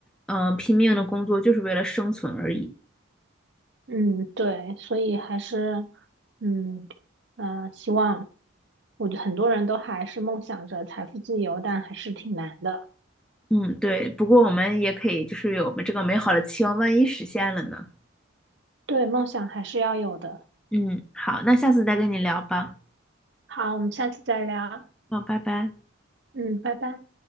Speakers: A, in the centre; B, on the right.
A: 嗯、拼命的工作就是为了生存而已。
B: 嗯，对，所以还是，嗯嗯、呃希望，我觉得很多人都还是梦想着财富自由，但还是挺难的。
A: 嗯，对。不过我们也可以就是有这个美好的期望，万一实现了呢？
B: 对，梦想还是要有的。
A: 嗯，好，那下次再跟你聊吧。
B: 好，我们下次再聊。
A: 好，拜拜。
B: 嗯，拜拜。